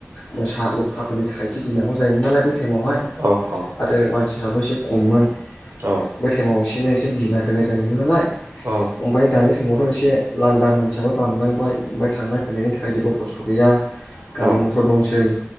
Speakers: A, on the left (about 55°); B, on the right (about 65°).
A: मोसा ल'ख्राफोरनि थाखायसो गिनांगौ जायोमोन नालाय बै टाइमावहाय
B: औ औ
A: आरो मानसि राबो एसे खममोन बै
B: औ
A: थायेमाव एसेनि एसे गिनाय फैनाय जायोमोन नालाय
B: औ
A: ओमफाय दानि समाव दाथ' एसे लान्दां मानसियाबो बांलांबाय ओमफाय थांलाय फैलायनि थाखाय जेबो खस्थ' गैया गारि
B: औ
A: मथर दंसै